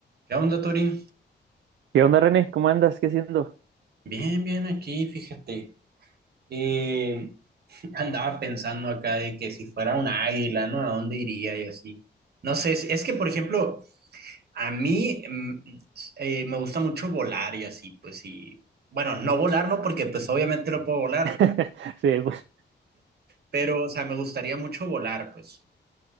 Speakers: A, on the right (about 60°); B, on the right (about 80°).
A: ¿Qué onda, Torin?
B: ¿Qué onda, René? ¿Cómo andas? ¿Qué haciendo?
A: Bien, bien aquí, fíjate. Eh, andaba pensando acá de que si fuera un águila, ¿no? ¿A dónde iría y así? No sé, es es que, por ejemplo, a mí mm, eh, me gusta mucho volar y así, pues sí. Bueno, no volar, no, porque pues obviamente no puedo volar,
B: <laughs> Sí, pues
A: pero, o sea, me gustaría mucho volar, pues.